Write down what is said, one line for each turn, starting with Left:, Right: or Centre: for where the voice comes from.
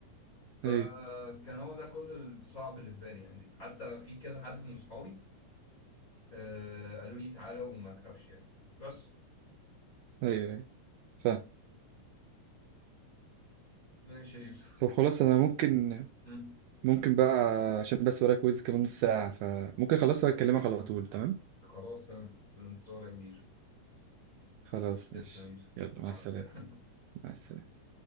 Left: فكان
Right: ايوه
Left: هو ده كل الصعب اللي في بالي يعني حتى في كذا حد من صحابي آه قالوا لي تعالى وما تخافش يعني بس
Right: ايوه ايوه فاهم
Left: ماشي يا يوسف
Right: طب خلاص انا ممكن
Left: مم.
Right: ممكن بقى عشان بس ورايا كويز كمان نص ساعة فممكن خلاص واكلمك على طول تمام
Left: خلاص تمام في الانتظار يا كبير
Right: خلاص
Left: تسلم
Right: ماشي
Left: يا يوسف
Right: يلا مع
Left: مع
Right: السلامة
Left: السلامة
Right: مع السلامة